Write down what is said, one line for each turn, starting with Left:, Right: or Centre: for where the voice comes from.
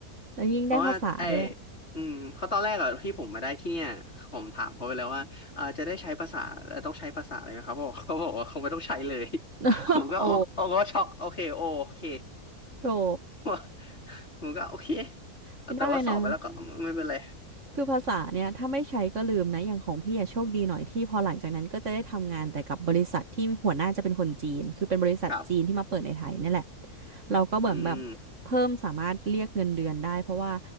Right: แล้วยิ่งได้ภาษาด้วย
Left: เพราะว่าไออืมเพราะตอนแรกอะที่ผมมาได้ที่เนี่ยผมถามเขาไปแล้วว่าเออจะได้ใช้ภาษาเอ่อต้องใช้ภาษาอะไรไหมครับเขาบอกเขาบอกว่าเขาไม่ต้องใช้เลย
Right: <laughs>
Left: <laughs> ผมก็โอโอ้ก็ช็อกโอเคโอโอเค
Right: โอ้โธ่
Left: <laughs> ผมก็โอเค
Right: ไม่ได้นะ
Left: แต่ว่าสอบไปแล้วก็ไม่เป็นไร
Right: คือภาษาเนี่ยถ้าไม่ใช้ก็ลืมนะอย่างของพี่อะโชคดีหน่อยที่พอหลังจากนั้นก็จะได้ทำงานแต่กับบริษัทที่หัวหน้าจะเป็นคนจีนคือเป็นบริษัทจีนที่มาเปิดในไทยนี่แหละ
Left: ครับ
Right: เราก็เหมือนแบบเพิ่มสามารถเรียกเงินเดือนได้เพราะว่า
Left: อืม